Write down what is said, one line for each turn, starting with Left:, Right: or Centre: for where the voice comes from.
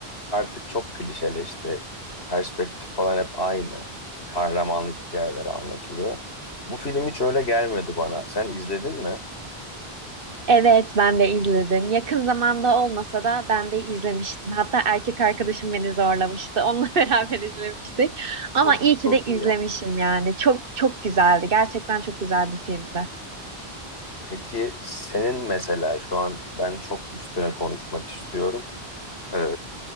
Left: artık çok klişeleşti. Perspektif falan hep aynı. Kahramanlık hikayeleri anlatılıyor. Bu film hiç öyle gelmedi bana. Sen izledin mi?
Right: Evet, ben de izledim. Yakın zamanda olmasa da ben de izlemiştim. Hatta erkek arkadaşım beni zorlamıştı. Onunla <laughs> beraber izlemiştik.
Left: Çok
Right: Ama iyi
Left: çok
Right: ki de izlemişim
Left: iyi yap.
Right: yani. Çok çok güzeldi. Gerçekten çok güzel bir filmdi.
Left: Peki senin mesela şu an ben çok üstüne konuşmak istiyorum. Ee,